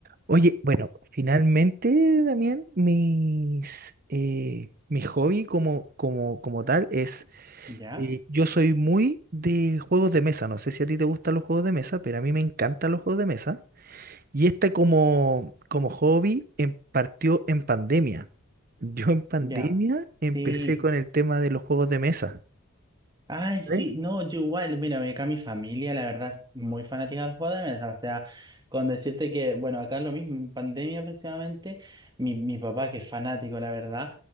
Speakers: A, on the right; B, on the right.
A: Oye, bueno, finalmente, Damián, mis, eh, mi hobby como, como, como tal es,
B: Ya,
A: eh, yo soy muy de juegos de mesa, no sé si a ti te gustan los juegos de mesa, pero a mí me encantan los juegos de mesa. Y este como, como hobby em- partió en pandemia. Yo en pandemia
B: ya,
A: empecé
B: sí.
A: con el tema de los juegos de mesa.
B: Ay, sí,
A: ¿eh?
B: no, yo igual, mira, acá mi familia, la verdad, es muy fanática de los de mesa. O sea, con decirte que, bueno, acá lo mismo, en pandemia aproximadamente, mi, mi papá, que es fanático, la verdad,